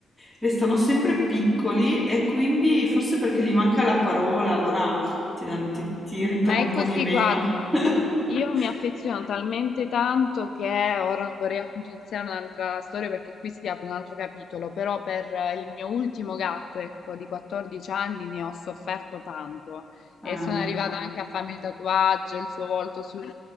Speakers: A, in the centre; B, on the left (about 50°).
A: restano sempre piccoli e quindi forse perché gli manca la parola, allora ti, dan- ti- ti irritano
B: Ma
A: un
B: è
A: po'
B: così,
A: di meno.
B: guarda,
A: <laughs>
B: io mi affeziono talmente tanto che ora non vorrei appunto iniziare un'altra storia perché qui si apre un altro capitolo, però per eh, il mio ultimo gatto, ecco, di 14 anni ne ho sofferto tanto
A: Eh.
B: e sono arrivata anche a farmi il tatuaggio, il suo volto sul...